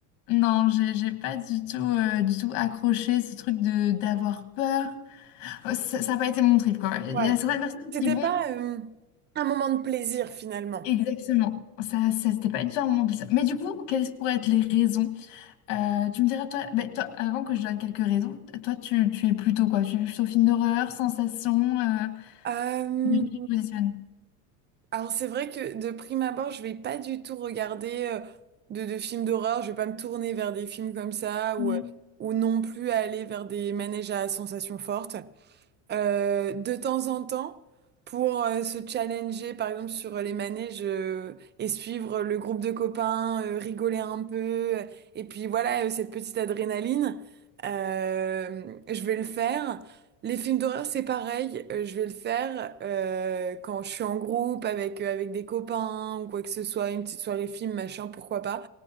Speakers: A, on the left; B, on the right.
A: Non, j'ai j'ai pas du tout, euh, du tout accroché ce truc de d'avoir peur. Ouais, Ça n'a pas été mon trip, quoi. Il
B: Ouais.
A: y a certaines personnes
B: C'était
A: qui vont
B: pas euh, un moment de plaisir finalement.
A: exactement. Ça, ça c'était pas du tout un moment plaisir. Mais du coup, quelles pourraient être les raisons? Euh, tu me diras, toi, ben, toi, avant que je donne quelques raisons, toi, tu, tu es plutôt quoi? Tu es plutôt film d'horreur, sensation, euh,
B: Euh,
A: bien que tu te positionnes.
B: alors c'est vrai que de prime abord, je vais pas du tout regarder euh, de, de films d'horreur. Je vais pas me tourner vers des films comme ça ou,
A: Mm.
B: euh, ou non plus aller vers des manèges à sensations fortes. euh, de temps en temps pour euh, se challenger, par exemple, sur les manèges euh, et suivre le groupe de copains, euh, rigoler un peu. euh, Et puis voilà, euh, cette petite adrénaline, euh, je vais le faire. Les films d'horreur, c'est pareil, euh, je vais le faire euh, quand je suis en groupe avec, euh, avec des copains ou quoi que ce soit, une petite soirée film, machin, pourquoi pas.